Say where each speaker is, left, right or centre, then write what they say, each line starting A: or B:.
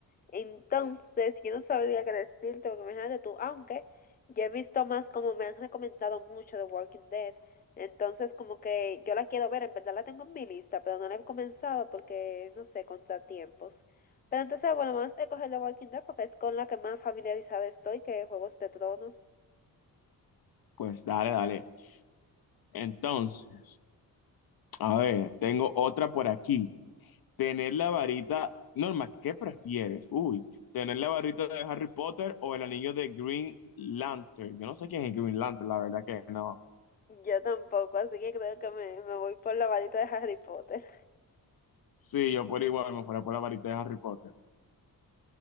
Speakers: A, on the left (about 25°); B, on the left (about 70°).
A: Entonces, yo no sabría qué decirte, porque imagínate tú, aunque yo he visto más como me han recomendado mucho The Walking Dead. Entonces, como que yo la quiero ver, en verdad la tengo en mi lista, pero no la he comenzado porque, no sé, contratiempos. Pero entonces, bueno, vamos a escoger The Walking Dead porque es con la que más familiarizada estoy que Juegos de Tronos.
B: Pues dale, dale. Entonces, a ver, tengo otra por aquí. Tener la varita, Norma, ¿qué prefieres? Uy, tener la varita de Harry Potter o el anillo de Green Lantern. Yo no sé quién es el Green Lantern, la verdad que no.
A: Yo tampoco, así que creo que me, me voy por la varita de Harry Potter.
B: Sí, yo por igual me fuera por la varita de Harry Potter.